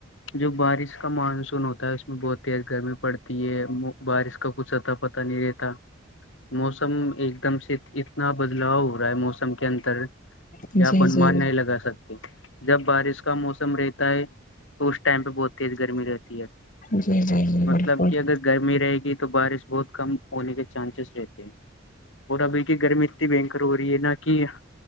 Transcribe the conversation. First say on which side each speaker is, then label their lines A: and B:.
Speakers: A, on the left; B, on the left.
A: جو بارش کا مانسون ہوتا ہے اس میں بہت تیز گرمی پڑتی ہے بارش کا کچھ اتا پتہ نہیں رہتا موسم ایک دم سے اتنا بدلاؤ ہو رہا ہے موسم کے اندر کہ
B: جی
A: اپن
B: جی
A: مان نہیں لگا سکتا جب بارش کا موسم رہتا ہے تو اس ٹائم پہ بہت تیز گرمی رہتی ہے
B: جی جی جی
A: مطلب
B: بالکل
A: کہ اگر گرمی رہے گی تو بارش بہت کم ہونے کے چانسیز رہتے ہیں اور ابھی کی گرمی بنکر ہو رہی ہے نہا کہ